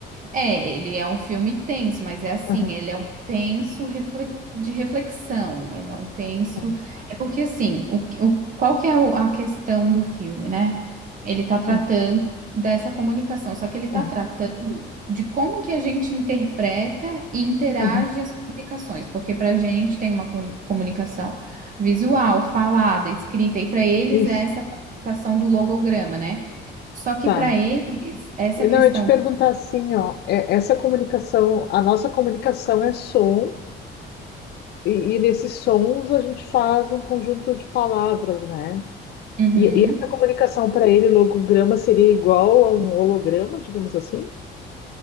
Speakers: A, on the right (about 45°); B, on the left (about 60°).
A: É, ele é um filme tenso, mas é assim,
B: Aham,
A: ele é um tenso refle- de reflexão, ele é um tenso.
B: aham,
A: É porque assim, o, que- o- qual que é o- a questão do filme, né? Ele tá tratando
B: aham,
A: dessa comunicação, só que ele tá
B: aham,
A: tratando de como que a gente interpreta e interage
B: aham.
A: as comunicações, porque pra gente tem uma com- comunicação visual, falada, escrita, e pra eles
B: Isso,
A: é essa comunicação do logograma, né? Só que
B: tá.
A: pra eles, essa
B: E
A: questão.
B: Não, eu ia te perguntar assim, ó, é- essa comunicação, a nossa comunicação é som, e, e nesses sons a gente faz um conjunto de palavras, né?
A: Uhum.
B: E, e essa comunicação para ele, logograma, seria igual a um holograma, digamos assim?